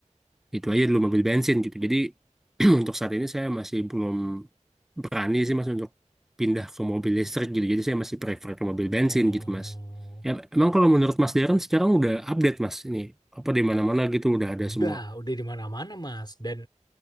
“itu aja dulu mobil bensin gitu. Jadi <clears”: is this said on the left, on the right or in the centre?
Centre